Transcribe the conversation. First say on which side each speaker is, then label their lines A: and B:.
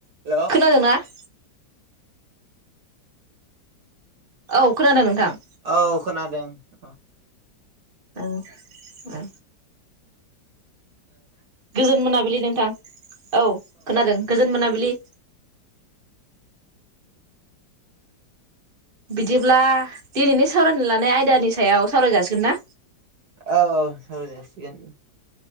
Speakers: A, on the right; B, on the right.
A: हेल'
B: खोनादोंना? <inaudible> औ खोनादों नोंथां।
A: औ खोनादों अ
B: ओं ओ गोजोन मोनाबिलि नोंथां औ खोनादों गोजोन मोनाबिलि बिदिब्ला दिनैनि सावरायनो लानाय आयदानि सायाव सावराय जाासिगोन ना
A: औ औ सावरायजासिगोन